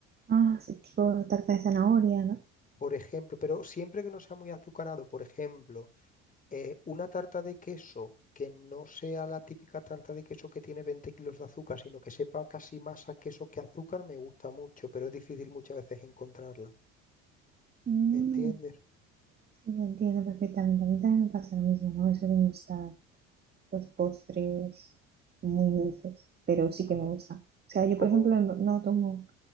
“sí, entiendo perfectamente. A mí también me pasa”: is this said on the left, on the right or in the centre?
Right